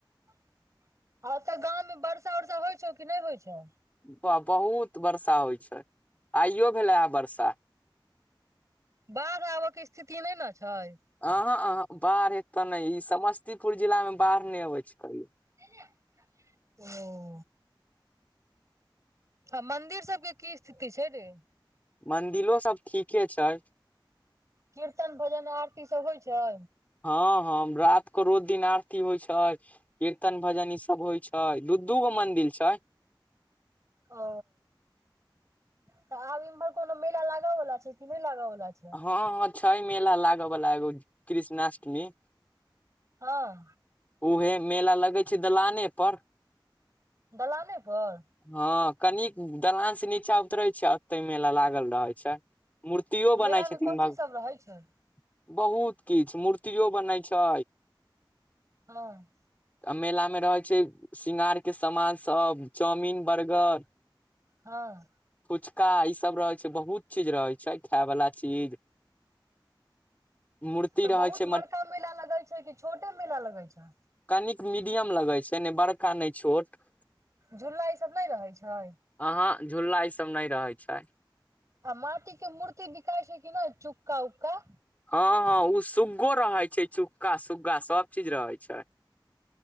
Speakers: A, on the right (about 35°); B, on the left (about 20°).
A: <inaudible> ओत गाँव मे वर्षा उर्षा होइ छौ कि नहि होइ छौ
B: बा बहुत वर्षा होइ छै <inaudible> आइयो भेले है बर्षा
A: बाढ़ आबय कऽ स्थिति नहि न छै
B: अह अह बाढ़ ऐत ऽ ने ई समस्तीपुर जिला म बाढ़ नहि अबै छै कहि
A: <unintelligible> हँ मंदिर सब केँ की स्थिति छै रे
B: मंदिरो सब ठीके छै
A: कीर्तन भजन आरती सब होइ छै
B: हँ हँ रात कऽ रोज दिन आरती होइ छै कीर्तन भजन ई सब होइ छै दू दू गो मंदिर छै
A: ओ तऽ आब इम्हर कोनो मेला लग वला छै कि नहि लगव वला छै
B: हँ हँ छै मेला लाग बाला एगो कृष्णाष्टमी
A: हँ
B: उहे मेला लगै छै दलाने पर
A: दलाने पर
B: हँ कनि दलान से नीचा उतरे छै अते मेला लागल रहै छै मूर्तियो बनाइ
A: मेला मे
B: छथिन
A: कथी
B: भग
A: सब रहै छै
B: <inaudible> बहुत किछु मूर्तियो बनै छै
A: हँ
B: आ मेलामे रहै छै शृंगारके सामान सब चाउमिन बर्गर
A: हँ
B: फुचका ई सब रहै छै बहुत चीज रहेै छै खाय वला चीज। मूर्ति
A: तऽ
B: रहै
A: बहुत
B: छै
A: बड़का मेला लगै छै कि छोटे मेला लगै छै।
B: कनिक मीडियम लगै छै नै बड़का नै छोट।
A: झूला ई सब नै रहै छै।
B: अहाँ झूला ईसभ नै रहै छै।
A: आ माटी के मूर्ति बिकाइ छै कि नै चुक्का उक्का।
B: हँ हँ उ सुग्गो रहै छै चुग्का सुग्गा सब चीज रहै छै।